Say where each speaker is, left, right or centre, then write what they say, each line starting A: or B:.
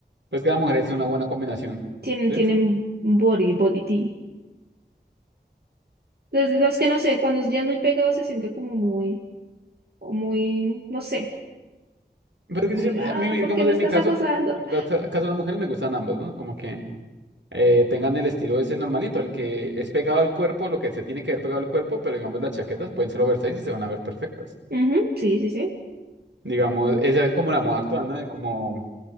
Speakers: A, on the right; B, on the right.
A: Pues que la mujer es una buena combinación,
B: Tienen,
A: ¿sí?
B: tienen body, body tea. Entonces, los que no sé, cuando ya es muy pegado se siente como muy, o muy, no sé,
A: Pues que
B: muy,
A: yo siempre-
B: ah,
A: a mí, digamos,
B: ¿por qué me
A: en
B: estás
A: mi caso,
B: acosando?
A: en mi caso, caso de las mujeres me gustan ambas, ¿no? Como que eh, tengan el estilo ese normalito, el que es pegado al cuerpo, lo que se tiene que ver pegado al cuerpo, pero digamos las chaquetas pueden ser oversize y se van a ver perfectas.
B: Ujú, sí, sí, sí.
A: Digamos, esa es como la moda actual, ¿no? De como